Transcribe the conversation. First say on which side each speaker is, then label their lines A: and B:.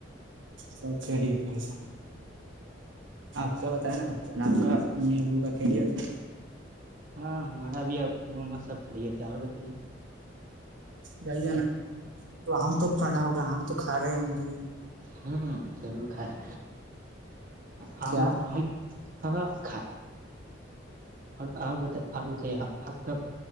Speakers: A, on the right (about 80°); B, on the right (about 50°).
A: سب کھیلے تھ بھائی جان آپ کا بتیا نا بھائی جان آپ کا امی ابو کا کھیلے تھا
B: ہاں ہم ابھی میں سب خڑیے تھ اور بتے
A: جائی ہم تو کھڑا ہوگا آم تو کھا رہے ہوں گے
B: ہوں ضرور کائے ہم
A: کیا
B: میں تو ہم ہاں کا اور اور بتائی بتائیے آپ تو